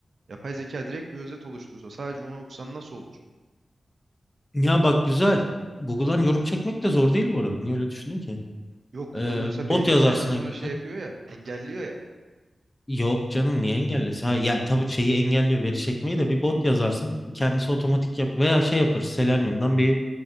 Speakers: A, on the right; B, on the left.
A: yapay zeka direkt bir özet oluştursa sadece onu okusan nasıl olur?
B: Ya bak güzel. Google'dan yorum çekmek de zor değil bu arada. Niye öyle düşündün ki?
A: Yok Google
B: Ee,
A: mesela
B: bot
A: belli
B: yazarsın
A: bir sayıdan sonra
B: en kötü.
A: şey yapıyor ya, engelliyor ya.
B: Yok canım niye engellesin? Ha, yani tabii şeyi engelliyor veri çekmeyi de bir bot yazarsın. Kendisi otomatik yap veya şey yapar Selenium'dan bir